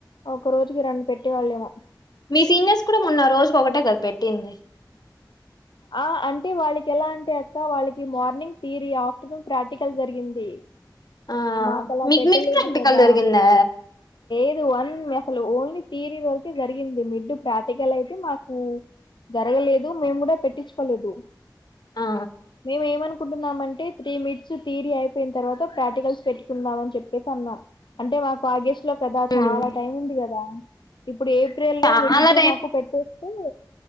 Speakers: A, on the left; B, on the left.
A: ఒక రోజుకి రెండు పెట్టే వాళ్ళేమో
B: మీ సీనియర్స్ కూడా మొన్న రోజుకి ఒకటే కదా పెట్టింది
A: ఆ అంటే వాళ్ళకి ఎలా అంటే అక్క వాళ్ళకి మార్నింగ్ థియరీ ఆఫ్టర్నూన్ ప్రాక్టికల్ జరిగింది.
B: ఆ
A: మాకు అలా
B: మీకు
A: పెట్టలేదు
B: మిడ్ ప్రాక్టికల్
A: కదా
B: జరిగిందా
A: ఇది వన్ అసలు ఓన్లీ థియరీ వరకే జరిగింది మిడ్ ప్రాక్టికల్ అయితే మాకు. జరగలేదు మేము గూడ పెట్టిచ్చుకోలేదు
B: ఆ
A: మేము ఏమన్ కుంటున్నామంటే త్రీ మిడ్స్ థియరీ అయిపోయిన తర్వాత ప్రాక్టికల్స్ పెట్టుకుందామని చెప్పేసి అన్నాం అంటే మాకు ఆగస్ట్ లో కదా
B: హ్మ్
A: చాలా టైం ఉంది గదా ఇప్పుడు ఏప్రిల్ లో
B: చాలా
A: మిడ్ టూ మాకు పెట్టేస్తే